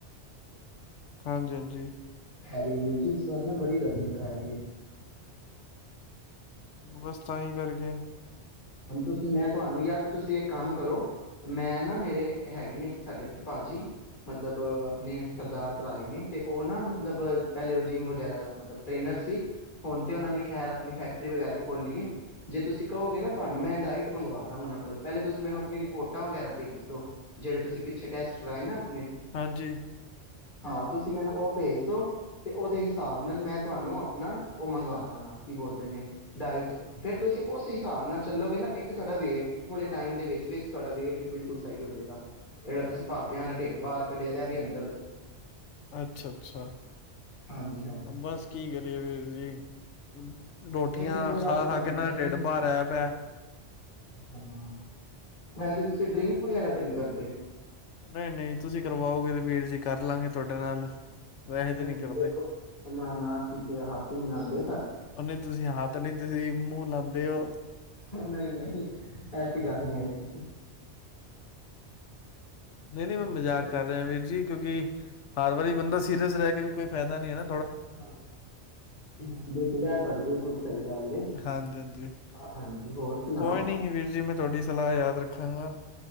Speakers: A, on the left (about 85°); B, on the left (about 45°).
A: ਹਾਂਜੀ-ਹਾਂਜੀ।
B: ਅਰੇ ਵੀਰ ਜੀ ਇਸ ਵਾਰ ਨਾ ਬੜੀ ਗਰਮੀ ਪੈ ਰਹੀ ਹੈ।
A: ਬਸ ਤਾਂਹੀ ਕਰਕੇ
B: ਹੁਣ ਤੁਸੀਂ ਮੈਂ ਤੁਹਾਨੂੰ ਯ ਤੇ ਤੁਸੀਂ ਇੱਕ ਕੰਮ ਕਰੋ ਮੈਂ ਨਾ ਮੇਰੇ ਹੈਗੇ ਨੇ ਇੱਕ ਸਾਡੇ ਇੱਥੇ ਭਾਜੀ, ਮਤਲਬ ਆਪਣੇ ਸਰਦਾਰ ਭਰਾ ਨੇ ਤੇ ਉਹ ਨਾ ਮਤਲਬ ਪਹਿਲੇ ਉਹ ਜਿੰਮ ਵਗੈਰਾ ਮਤਲਬ ਟ੍ਰੇਨਰ ਸੀ। ਹੁਣ ਤੇ ਉਹਨਾਂ ਨੇ ਖੈਰ ਆਪਣੀ ਫੈਕਟਰੀ ਵਗੈਰਾ ਖੋਲਲੀਏ ਜੇ ਤੁਸੀਂ ਕਹੋਗੇ ਨਾ ਤੁਹਾਨੂੰ ਮੈਂ ਡਾਇਟ ਮੰਗਵਾ ਦਾਗਾ। ਸੇਵਨ ਬਲ, ਪਹਿਲੇ ਤੁਸੀ ਮੈਨੂੰ ਆਪਣੀ ਰਿਪੋਰਟਾਂ ਵਗੈਰਾ ਭੇਜ ਦੋ। ਜਿਹੜੇ ਤੁਸੀਂ ਪਿੱਛੇ ਟੈਸਟ ਕਰਾਏ ਨਾ। ਆਪਣੇ
A: ਹਾਂਜੀ।
B: ਹਾਂ, ਤੁਸੀਂ ਮੈਨੂੰ ਉਹ ਭੇਜ ਦੋ, ਤੇ ਉਹਦੇ ਹਿਸਾਬ ਨਾਲ ਮੈਂ ਤੁਹਾਨੂੰ ਆਪਣਾ ਉਹ ਮੰਗਵਾ ਦਵਾਂਗਾ, ਕੀ ਬੋਲਦੇ ਨੇ, ਡਾਇਟ ਫੇਰ ਤੁਸੀਂ ਉਸ ਹਿਸਾਬ ਨਾਲ ਚੱਲੋਗੇ ਨਾ ਇੱਕ ਤੁਹਾਡਾ ਵੇਟ ਥੋੜੇ ਟਾਈਮ ਦੇ ਵਿੱਚ-ਵਿਚ ਤੁਹਾਡਾ ਵੇਟ ਵੀ ਬਿਲਕੁਲ ਸਹੀ ਹੋ ਜਾਏਗਾ। ਜਿਹੜਾ ਤੁਸੀਂ ਪਾਾਪਿਆਂ ਵਾਲਾ ਢਿੱਡ ਤੁਸੀ ਬਾਹਰ ਕੱਢਿਆ ਦਾ ਇਹਵੀ ਅੰਦਰ ਹੋ ਜਾਵੇਗਾ।
A: ਅੱਛਾ-ਅੱਛਾ,
B: ਹਾਂਜੀ ਹਾਂਜੀ
A: ਬਸ ਕੀ ਕਰੀਏ ਵੀਰ ਜੀ? <inaudible> ਰੋਟੀਆਂ
B: ਦੇਖੋ ਥੋੜਾ
A: ਖਾ-ਖਾ
B: ਤੇ ਤੁਹਾਨੂੰ
A: ਕੇ ਨਾ
B: ਕਰਨਾ
A: ਢਿੱਡ
B: ਹੀ
A: ਬਾਹਰ ਆਇਆ ਪਿਆ।
B: ਹਾਂ ਵੈਸੇ ਤੁਸੀਂ ਡਰਿੰਕ ਵਗੈਰਾ ਤੇ ਨਹੀਂ ਕਰਦੇ ਹੋ।
A: ਨਹੀਂ-ਨਹੀਂ ਤੁਸੀਂ ਕਰਵਾਓਗੇ ਤੇ ਵੀਰ ਜੀ ਕਰ ਲਵਗੇ ਤੁਹਾਡੇ ਨਾਲ। ਵੈਸੇ
B: ਨਹੀਂ-ਨਹੀਂ
A: ਤੇ ਨਹੀਂ ਕਰਦੇ
B: ਦੇਖੋ ਨਾ-ਨਾ ਪੀਕੇ ਹੱਥ। ਤਿੰਨਾਂ ਦੇ।
A: ਉਹ ਨਹੀਂ, ਤੁਸੀਂ ਹੱਥ ਨਹੀਂ ਤੁਸੀਂ ਮੂੰਹ ਲਾਉਂਦੇ ਹੋ।
B: ਉਹ ਨਹੀਂ- ਨਹੀਂ, ਐਸੀ ਗੱਲ ਨਹੀਂ ਹੈਗੀ।
A: ਨਹੀਂ-
B: ਹਾਂਜੀ
A: ਨਹੀਂ, ਮੈਂ ਮਜ਼ਾਕ
B: ਹੋਰ
A: ਕਰ ਰਿਹਾ ਵੀਰ ਜੀ ਕਿਉਂਕਿ ਹਰ ਵਾਰੀ ਬੰਦਾ ਸੀਰੀਅਸ ਰਹਿ ਕੇ ਵੀ ਕੋਈ ਫਾਇਦਾ ਨੀ ਹੈਨਾ।
B: ਹਾਂ, ਬਿਲਕੁਲ -ਬਿਲਕੁਲ ਯਾਰ ਤੁਹਾਡੀ ਬਿਲਕੁਲ ਸਹੀ। ਗੱਲ ਏ
A: ਹਾਂਜੀ- ਹਾਂਜੀ
B: ਹਾਂਜੀ ਹੋਰ ਸੁਣਾਓ
A: ਕੋਈ ਨੀ ਵੀਰ ਜੀ ਮੈਂ ਤੁਹਾਡੀ ਸਲਾਹ ਯਾਦ ਰੱਖਾਂਗਾ।